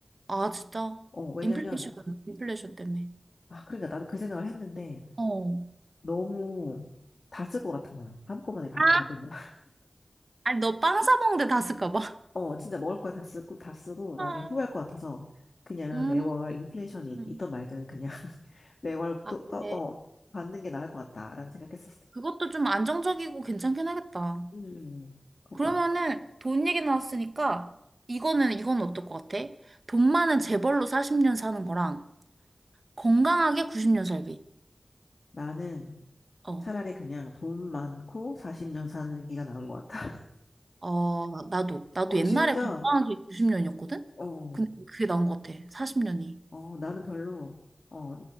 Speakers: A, on the right; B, on the left.
A: 아, 진짜.
B: 어, 왜냐면,
A: 인플레이션, 인플레이션 때문에.
B: 아, 그러니까 나도 그 생각을 했는데,
A: 어.
B: 너무 다 쓸 것 같은 거야. 한꺼번에
A: <laughs>
B: 다
A: 아,
B: 받으면.
A: 아니, 너 빵 사 먹는데 다 쓸까 봐.
B: 어, 진짜 먹을 거야 다 쓰고, 다 쓰고,
A: 아.
B: 나중에 후회할 것 같아서, 그냥
A: 음.
B: 매월 인플레이션이 있-
A: 음.
B: 있 말든 그냥 <laughs> 매월
A: 아,
B: 또, 까-
A: 네.
B: 어, 받는 게 나을 것 같다라는 생각했었어.
A: 그것도 좀 안정적이고 괜찮긴 하겠다.
B: 음, 그거.
A: 그러면은 돈 얘기 나왔으니까 이거는 이건 어떨 것 같아? 돈 많은 재벌로 40년 사는 거랑 건강하게 90년 살기.
B: 나는
A: 어..
B: 차라리 그냥 돈 많고 40년 사는 게가 나은 것 같아. <laughs>
A: 어, 나- 나도. 나도
B: 어,
A: 옛날에
B: 진짜,
A: 건강한 게 90년이었거든?
B: 어,
A: 근데 그게 나온 것 같아. 40년이.
B: 어, 나는 별로, 어,